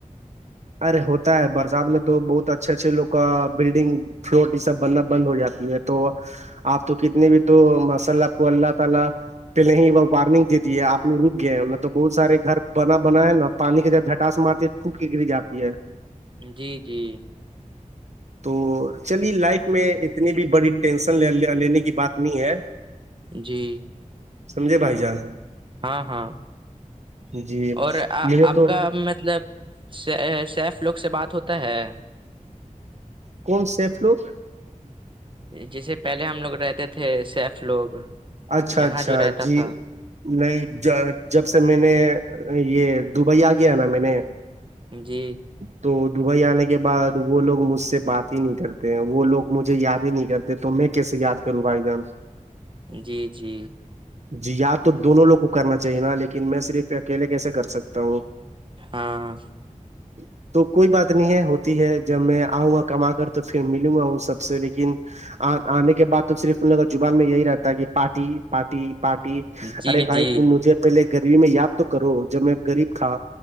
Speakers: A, on the right (about 55°); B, on the right (about 40°).
A: ارے ہوتا ہے برسات میں تو بہت اچھے اچھے لوگ کا بلڈنگ فلوٹ یہ سب بننا بند ہو جاتی ہے تو اپ تو کتنے منٹو ماشاءاللہ اپ کو اللہ تعالی پہلے ہی وہ وارنگ دیتی ہے آ لگ رک گئے ہیں نے تو بہت سارے گھر بنا بنا ہے نا پانی کا جب جھٹا س مارتے خو ککری جاتی ہے
B: جی جی
A: تو چلیے لائف میں اتنی بھی بڑی ٹینشن ل لینے کی بات نہیں ہے
B: جی
A: سمجے بھائی جان
B: ہاں ہاں
A: جی
B: اور آ
A: مجھے
B: آپ
A: تو
B: کا مطلب سیف لوگ سے بات ہوتا ہے
A: کون سیف لوک
B: جیسے پہلے ہم لوگ رہتے تھے سیف لوگ
A: اچھا
B: یہاں
A: اچھا
B: جو رہتا
A: جی
B: تھا
A: نہیں جب سے میں نے یہ دبئی آ گیا نا میں نے
B: جی
A: تو دبئی آنے کے بعد وہ لوگ مجھ سے بات ہی نہیں کرتے ہیں وہ لوگ مجھے یاد ہی نہیں کرتے تو میں کیسے یاد کروں بھائی جان
B: جی جی
A: جی یا تو دونوں لوگ کو کرنا چاہیے نا لیکن میں صرف اکیلے کیسے کر سکتا ہوں
B: ہاں
A: <unintelligible> تو کوئی بات نہیں ہے ہوتی ہے جب میں آؤں گا کما کر تو پھر ملوں گا ہوں سب سے لیکن آ آنے کے بع تو صرف ان لوگوں کا زبان میں یہی رہتا ہے کہ پارٹی پارٹی پارٹی
B: جی
A: ارے
B: جی
A: بھائی تو مجھے پہلے گریبی میں یاد تو کرو جب میں غریب تھا